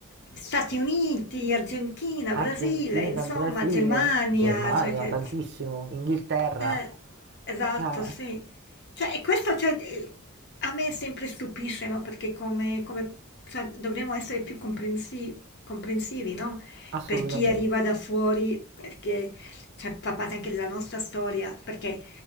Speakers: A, on the left; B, on the right.
A: il- Stati Uniti, Argentina,
B: Argentina,
A: Brasile, insomma,
B: Brasile,
A: Germania,
B: Germania,
A: cioè che...
B: tantissimo, Inghilterra,
A: Eh, esatto,
B: cioè,
A: sì. Cioè, e questo cioè, eh, a me sempre stupisce, no? Perché come, come- cioè, dovremmo essere più comprensi- comprensivi, no?
B: assolutamente.
A: Per chi arriva da fuori, perché cioè, fa parte anche della nostra storia, perché